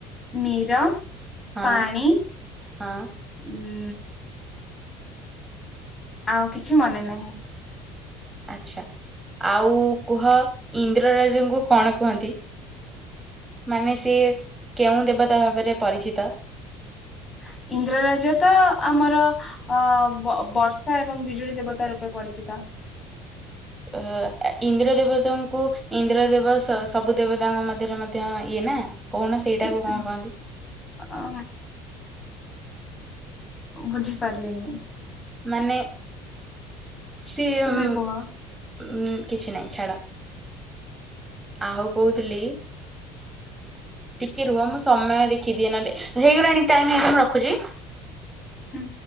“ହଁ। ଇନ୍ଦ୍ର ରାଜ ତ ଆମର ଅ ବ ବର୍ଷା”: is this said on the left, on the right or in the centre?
Left